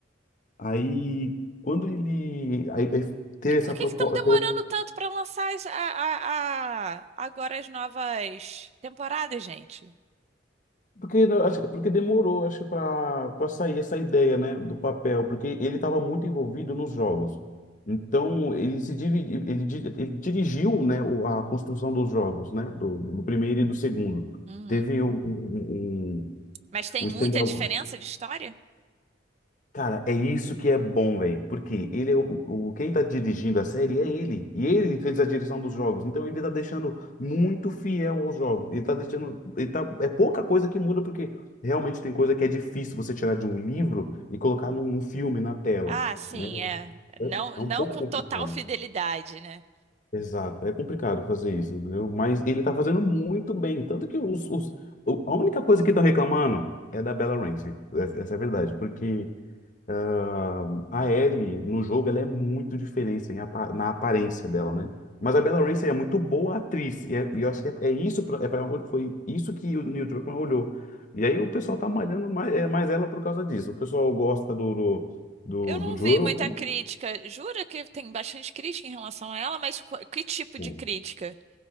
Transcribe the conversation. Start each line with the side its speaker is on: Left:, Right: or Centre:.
Left: Aí, quando ele aí, aí teve
Right: E por
Left: essa
Right: que
Left: proposta,
Right: que estão demorando tanto para lançar as- a, a- a- agora as novas temporadas, gente?
Left: Porque, não, acho- porque demorou, acho, para para sair essa ideia, né, do papel, porque ele estava muito envolvido nos jogos. Então, ele se dividi, ele, di- ele dirigiu, né, o- a construção dos jogos, né, do, do primeiro e do segundo.
Right: Uhum.
Left: Teve um, um, um,
Right: Mas tem
Left: um stand-alone
Right: muita diferença de história?
Left: Cara, é isso que é bom, velho. Porque ele é o, o- quem tá dirigindo a série é ele. E ele fez a direção dos jogos. Então ele tá deixando muito fiel aos jogos. Ele tá deixando, ele tá, é pouca coisa que muda porque realmente tem coisa que é difícil você tirar de um livro e colocar num, num filme na tela,
Right: Ah, sim,
Left: né?
Right: é. Não,
Left: É, é
Right: não
Left: um pouco
Right: com
Left: complicado.
Right: total fidelidade, né?
Left: Exato, é complicado fazer isso, entendeu? Mas ele tá fazendo muito bem. Tanto que os, os- o- a única coisa que estão reclamando é da Bella Ramsey. Essa essa é a verdade, porque ah, a Ellie no jogo ela é muito diferente em apa- na aparência dela, né? Mas a Bella Ramsey é muito boa atriz e, é- e eu acho que é, é isso pra, é pra, onde- foi isso que o Neil Druckmann olhou. E aí o pessoal tá malhando mais, é, mais ela por causa disso. O pessoal gosta do do,
Right: Eu não
Left: do, do Joel,
Right: vi muita
Left: né?
Right: crítica. Jura que tem bastante crítica em relação a ela, mas qu- que tipo
Left: Sim.
Right: de crítica?